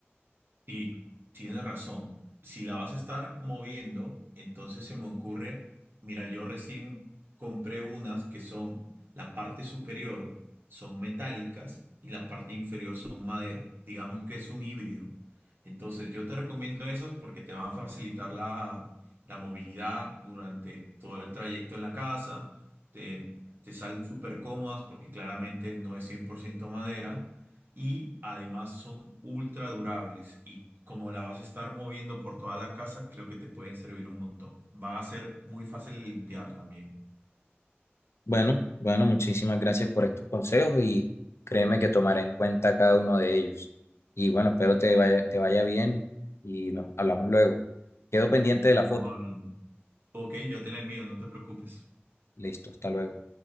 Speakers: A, on the right (about 55°); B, on the left (about 80°).
A: Sí, tienes razón. Si la vas a estar moviendo, entonces se me ocurre, mira, yo recién compré unas que son, la parte superior son metálicas y la parte inferior son madera. Digamos que es un híbrido. Entonces yo te recomiendo esas porque te van a facilitar la, la movilidad durante todo el trayecto en la casa. Te, te salen súper cómodas porque claramente no es 100% madera y además son ultra durables y como la vas a estar moviendo por toda la casa, creo que te pueden servir un montón. Va a ser muy fácil de limpiar también.
B: Bueno, bueno, muchísimas gracias por estos consejos y créeme que tomaré en cuenta cada uno de ellos. Y bueno, espero
A: Bien,
B: te vaya, te vaya bien y nos hablamos luego. Quedo pendiente
A: listo,
B: de la
A: estamos
B: foto.
A: hablando. Ok, yo te la envío, no te preocupes.
B: Listo, hasta luego.